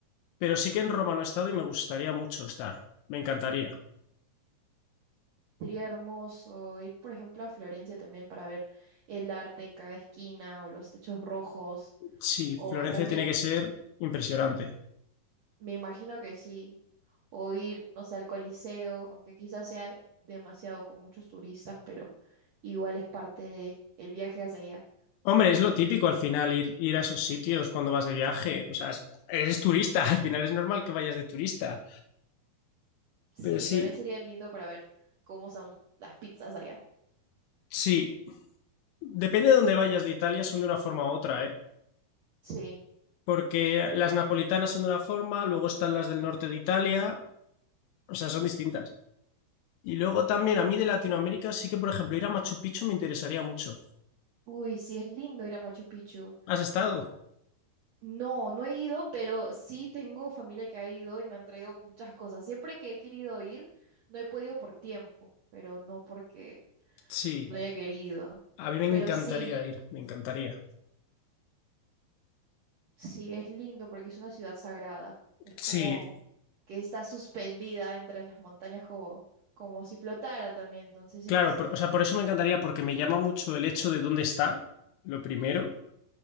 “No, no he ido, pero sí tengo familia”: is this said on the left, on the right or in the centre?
Right